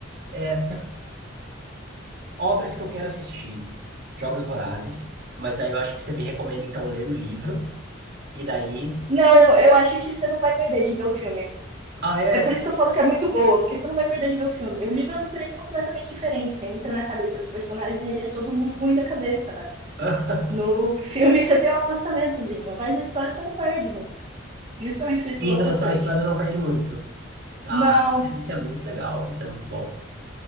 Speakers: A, on the right; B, on the right.
A: É, obras que eu quero assistir. Jogos Vorazes, mas daí eu acho que você me recomenda então ler o livro. E daí.
B: Não, eu acho que você não vai perder de ver o filme.
A: Ah, é?
B: É por isso que eu falo que é muito boa, porque você não vai perder de ver o filme. O livro é uma experiência completamente diferente. Você entra na cabeça dos personagens e ele é todo mundo ruim da cabeça, né?
A: <laughs>
B: No <laughs> filme você tem um afastamentozinho, mas a história você não perde muito. Justamente por isso
A: Em
B: que eu gosto
A: relação
B: bastante.
A: à história, não perde muito. Tá.
B: Não,
A: Isso é muito legal, isso é muito bom.